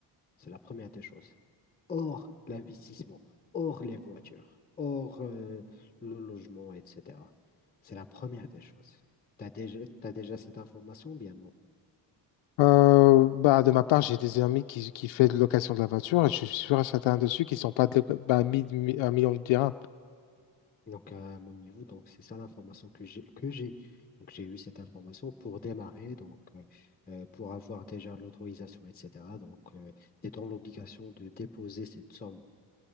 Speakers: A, on the left; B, on the left.
A: C'est la première des choses. Hors l'investissement, hors les voitures, hors euh, le logement, etc. C'est la première des choses. Tu as déjà, t'as déjà cette information, ou bien non?
B: Euh, bah, de ma part, j'ai des amis qui, qui font de location de la voiture et je suis sûr et certain dessus qu'ils sont pas de, loca- bah, mis, mis- un million de dirhams.
A: Donc, à mon niveau, donc c'est ça l'information que j'ai, que j'ai. Donc, j'ai eu cette information pour démarrer, donc euh, euh, pour avoir déjà l'autorisation, etc. Donc, euh, tu es dans l'obligation de déposer cette somme.